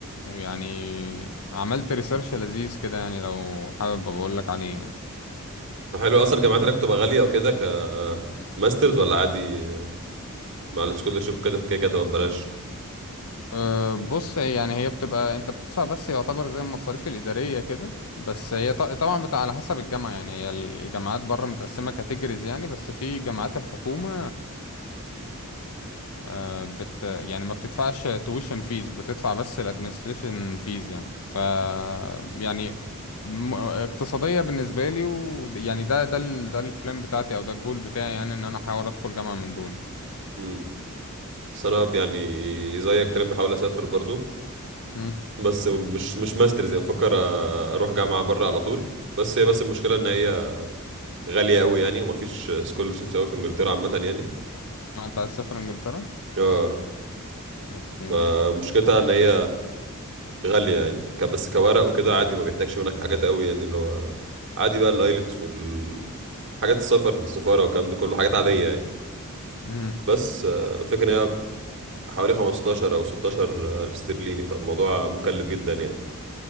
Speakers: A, on the left; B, on the right.
A: ويعني عملت ريسيرش لذيذ كده يعني لو حابب بقول لك عليه يعني
B: حلو اصلا الجامعات هناك بتبقى غاليه وكده ك ماسترز ولا عادي مع السكولرشيب كده في كده كده تبقى ببلاش
A: أه، بص هي- يعني هي بتبقى انت بتدفع بس يعتبر زي المصاريف الإدارية كده بس هي ط- طبعا بتبقى على حسب الجامعة يعني هي الجامعات بره متقسمة كاتيجوريز يعني بس في جامعات الحكومة أه، بت يعني ما بتدفعش تويشن فيز بتدفع بس الادمنستريشن فيز يعني ف يعني م- اقتصادية بالنسبة لي و يعني ده ده ال ده البلان بتاعتي او ده الجول بتاعي يعني ان انا احاول ادخل جامعة من دول
B: امم بس انا يعني زيك تقريبا بحاول اسافر برضو
A: مم.
B: بس مش مش ماسترز يعني بفكر اروح جامعه بره على طول بس هي بس المشكله ان هي غاليه قوي يعني ومفيش سكولرشيبس قوي في انجلترا عامه يعني
A: انت عايز تسافر انجلترا؟
B: اه
A: اوكي
B: فمشكلتها ان هي غالية يعني ك- بس كورق وكده عادي ما بيحتاجش منك حاجات قوي يعني اللي هو عادي بقى الايلتس وال حاجات السفر السفارة والكلام ده كله حاجات عادية يعني
A: مم.
B: بس آه، فكرة ان هي حوالي 15 او 16 الف استرليني فالموضوع مكلف جدا يعني